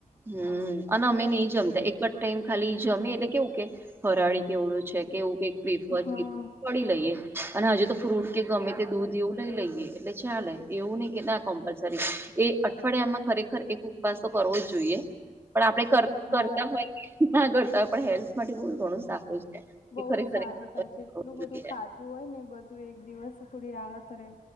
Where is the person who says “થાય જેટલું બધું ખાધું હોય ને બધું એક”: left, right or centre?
Left